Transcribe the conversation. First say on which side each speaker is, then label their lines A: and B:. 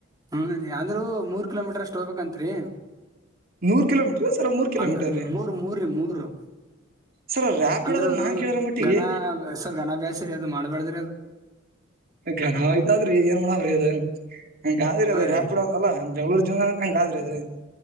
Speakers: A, on the right; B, on the right.
A: ಹ್ಮ್ ರೀ ಅಂದ್ರೂ ಮೂರ್ ಕಿಲೋಮೀಟರ್ ಅಷ್ಟ್ ಹೋಗ್ಬೇಕಂತ್ರಿ
B: ನೂರ್ ಕಿಲೋಮೀಟರ್ ಸರ್ ಮೂರ್ ಕಿಲೋಮೀಟರ್
A: ಅಂದ
B: ರೀ
A: ಮೂರು ಮೂರ ಮೂರ ರೀ
B: ಸರ್ ರ್ಯಾಪಿಡೋದಾಗ
A: ಅಂದ್ರೂ
B: ನಾನ್ ಕೇಳಿರೋ ಮಟ್ಟಿಗೆ
A: ಘನ ಸರ್ ಘನ ಅಭ್ಯಾಸ ರೀ ಅದು ಮಾಡ್ಬೇಡ್ದ್ರಿ ಅದ
B: ಗನಾವಯ್ತ ಆದ್ರಿ ಈಗ ಏನ್ ಮಾಡ್ರಿ ಅದು ಹಂಗಾದ್ರಿ
A: ಹಾ
B: ಅದ
A: ರೀ
B: ರಾಪಿಡ್ ಅಲ್ಲಾ ಬೆಂಗಳೂರು ಜಿವನ ಹೆಂಗ ಆದ್ರರಿ ಅದು